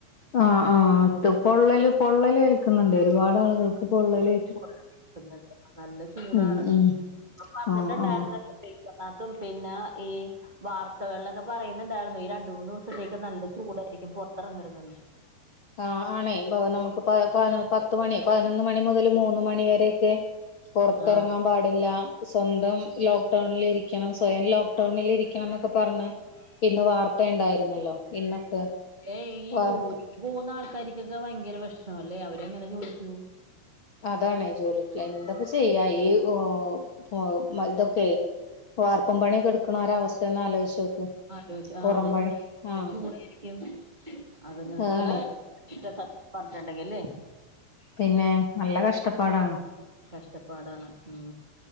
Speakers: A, on the left (about 65°); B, on the right (about 45°).
A: ആഹ് ആഹ് അത് പൊള്ളല് പൊള്ളലേൽക്കുന്നുണ്ട് ഒരുപാട് ആളുകൾക്ക് പൊള്ളല്
B: <unintelligible> നല്ല ചൂടാണ്
A: ഉം ഉം
B: ഇപ്പ പറഞ്ഞിട്ടുണ്ടായിരുന്ന
A: ആഹ് ആഹ്
B: <unintelligible> പിന്നെ ഈ വാർത്തകളിലൊക്കെ പറയുന്നുണ്ടായിരുന്നു ഈ രണ്ട് മൂന്ന് ദിവസത്തേക്ക് നല്ല ചൂടായിരിക്കും പുറത്തിറങ്ങരുതെന്ന്
A: ആഹ് ആണേ നമുക്ക് പ പത്ത് മണി പതിനൊന്ന് മണി മുതൽ മൂന്ന് മണി വരൊക്കെ പുറത്തിറങ്ങാൻ
B: ആഹ്
A: പാടില്ല സ്വന്തം ലോക്ക് ഡൗണിലിരിക്ക രിക്കണം സ്വയം ലോക്ക് ഡൌണിൽ ഇരിക്കണം എന്നൊക്കെ പറഞ്ഞ് ഇന്ന് വാർത്ത ഉണ്ടായിരുന്നല്ലോ ഇന്നൊക്കെ
B: ഏഹ് ഈ
A: വാർത്ത
B: ജോലിക്ക് പോകുന്ന ആൾക്കാർക്കൊക്കെ ഭയങ്കര പ്രശ്നമല്ലേ അവരെങ്ങനെ ജോലിക്ക്‌ പോവും
A: അതാണെയ് ജോലിക്ക് എന്തപ്പ ചെയ്യാ ഈ ഏഹ് ഇതൊക്കെ വാർപ്പും പണിയൊക്കെ എടുക്കണ ഓരെ അവസ്ഥയൊന്ന് ആലോചിച്ച് നോക്ക്
B: ആലോയ്ച്ചു ആഹ്
A: പുറം
B: അതെന്നെ
A: പണി
B: നല്ല
A: ആഹ്
B: ചൂടായിരിക്കും ത്യം അത്ങ്ങ്ക്ക്‌ണ
A: അതാണേ
B: ഇഷ്ട സത്യം പറഞ്ഞിട്ടുണ്ടെങ്കിൽ ല്ലേ
A: പിന്നെ നല്ല കഷ്ടപ്പാടാണ്
B: കഷ്ടപ്പാടാണ് ഉം